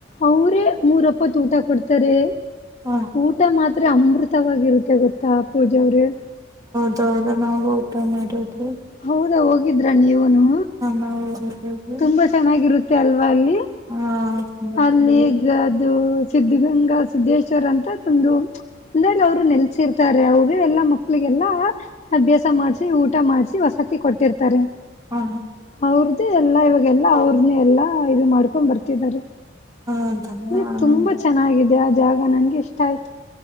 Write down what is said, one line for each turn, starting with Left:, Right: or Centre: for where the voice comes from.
Left: ಅವ್ರೇ ಮೂರ್ ಅಪ್ಪತ್ ಊಟ ಕೊಡ್ತಾರೆ
Right: ಹ
Left: ಊಟ ಮಾತ್ ಅಮೃತವಾಗಿರುತ್ತೆ ಗೊತ್ತಾ ಪೂಜಾರೆ
Right: ಹೌದ ನಾವು ಊಟ ಮಾಡದು
Left: ಹೌದಾ ಹೋಗಿ ಹಗಿದ್ರ ನೀವನು
Right: ನಾವು ಹೋಗಿದ್ವಿ
Left: ತುಂಬಾ ಚೆನ್ನಾಗಿ ರುತ್ತೆಲ್ ಲ್ಲಿ
Right: ಹಾ ತುಂಬಾ
Left: ಅಲ್ಲಿ
Right: ಚೆನ್ನಾಗಿತ್ತು
Left: ಈಗ ಅದು ಸಿದ್ಧಗಂಗಾ ಸಿದ್ದೇಶ್ವರ್ ಅಂತೊಂದು ಅಂದ ಅವರು ನೆಲೆಸಿರ್ತಾರೆ ಅವರು ಎಲ್ಲಾ ಮಕ್ಳಿಗೆಲ್ಲಾ ಅಭ್ಯಾಸ ಮಾಡ್ಸಿ ಊಟ ಮಾಡ್ಸ ವಸತಿ ಕೊಟ್ಟಿರ್ತಾರೆ
Right: ಹಾ
Left: ಅವ್ರ್ದೇ ಎಲ್ಲಾ ಇವಾಗೆಲ್ಲಾ ಅವ್ರನೆಎಲ್ಲಾ ಇದು ಮಾಡ್ಕೊಂಡ್ ಬರ್ತಿದ್ದಾರೆ
Right: ಹೌದಾ
Left: ಇ ತುಂಬಾ ಚೆನ್ನಾಗಿದೆ ಅ ಜಾಗ ನನ್ಗೆ ಇಷ್ಟ ಆಯ್ತು